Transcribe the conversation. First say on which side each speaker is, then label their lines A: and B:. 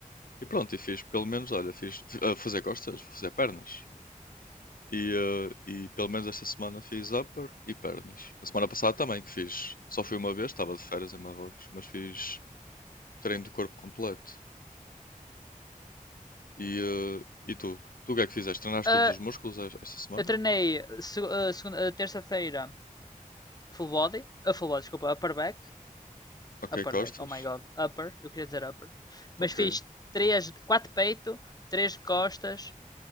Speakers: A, on the left; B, on the left.
A: E pronto, e fiz, pelo menos, olha, fiz a fazer costas, vou fazer pernas. E, ah, e pelo menos esta semana fiz upper e pernas. A semana passada também que fiz, só fui uma vez, estava de férias em Marrocos, mas fiz treino de corpo completo. E, ah, e tu? Tu o que é que fizeste? Treinaste
B: Ah,
A: todos os músculos es- esta semana?
B: eu treinei se- ah, segunda, ah, terça-feira full body, a full body, desculpa, upper back,
A: Ok,
B: upper
A: costas?
B: back, oh my god, upper, eu queria dizer upper,
A: Ok.
B: mas fiz três, quatro peito, três de costas,